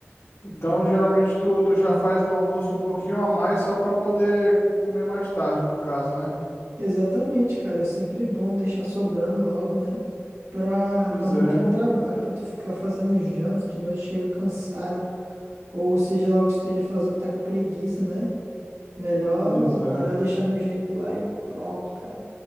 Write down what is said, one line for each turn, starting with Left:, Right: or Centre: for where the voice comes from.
Left: então geralmente tu, tu já faz no almoço um pouquinho a mais só pra poder comer mais tarde, no caso, né?
Right: Exatamente, cara. É sempre bom deixar sobrando logo, né? Pra,
Left: Pois
Right: pra não
Left: é,
Right: ter um trabalho, pra tu ficar fazendo janta, de noite chega cansado, ou seja lá o que esteja fazendo, tá com preguiça, né? Melhor,
Left: pois é.
Right: melhor deixar no jeito lá e pronto, cara.